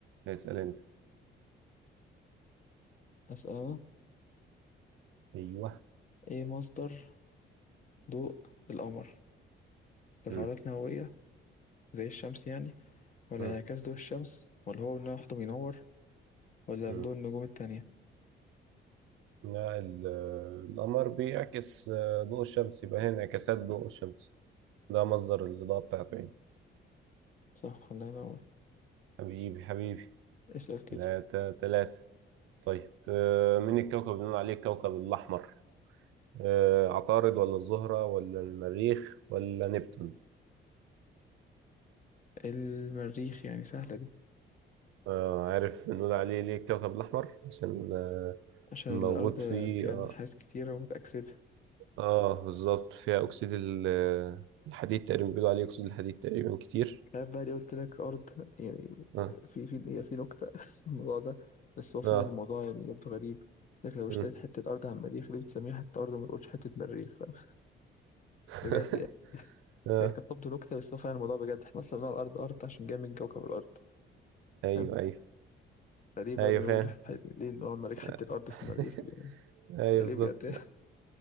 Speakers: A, on the right; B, on the left.
A: اسأل انت
B: أسأل أنا
A: ايوه
B: إيه مصدر ضوء القمر؟ تفاعلات
A: مم.
B: نووية زي الشمس يعني ولا
A: مم.
B: انعكاس ضوء الشمس ولا هو ان لوحده بينور ولا
A: مم.
B: ضوء النجوم التانية
A: لا ال- القمر بيعكس آه، ضوء الشمس يبقى هنا انعكاسات ضوء الشمس ده مصدر الإضاءة بتاعته يعني
B: صح الله ينور
A: حبيبي حبيبي
B: اسأل كده
A: ثلاثة ثلاثة طيب آه، مين الكوكب اللي بنقول عليه الكوكب الأحمر؟ آه، عطارد ولا الزهرة ولا المريخ ولا نبتون؟
B: إيه المريخ يعني سهلة دي
A: آه، عارف بنقول عليه ليه الكوكب الأحمر؟ عشان آه،
B: عشان
A: موجود
B: الأرض
A: فيه
B: فيها
A: آه,
B: نحاس كتير ومتأكسدة
A: آه بالظبط فيها أكسيد ال- آه، الحديد تقريبا بيقولوا عليه أكسيد الحديد تقريبا كتير
B: عارف بقى اللي قلت لك أرض يعني
A: آه
B: في في هي في نكتة <laughs> في الموضوع ده بس هو فعلا
A: آه
B: الموضوع يعني يبدو غريب لك لو
A: مم.
B: اشتريت حتة أرض على المريخ ليه بتسميها حتة أرض وما تقولش حتة مريخ فاهم؟
A: <laughs>
B: بجد يعني
A: آه
B: هي كانت تبدو نكتة بس هو فعلا الموضوع بجد احنا أصلا بنقول الأرض أرض عشان جاية من كوكب الأرض
A: أيوه
B: فاهم؟
A: أيوه
B: فليه بقى
A: أيوه
B: بنقول
A: فاهم
B: ح- ليه بنقول على المريخ حتة
A: آه،
B: أرض
A: <laughs>
B: في المريخ
A: أيوه
B: يا
A: بالظبط
B: ليه بجد <laughs>